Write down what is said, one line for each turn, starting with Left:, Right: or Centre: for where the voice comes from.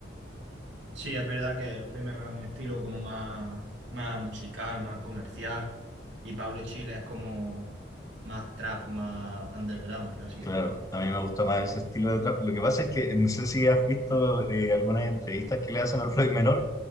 Right: Sí, es verdad que el Freeman es un estilo como más, más musical, más comercial. Y Pablo Chile es como más trap, más underground, por así
Left: Claro,
Right: decirlo.
Left: a mí me gusta más ese estilo de trap. Lo que pasa es que no sé si has visto eh, algunas entrevistas que le hacen al Floyd Menor,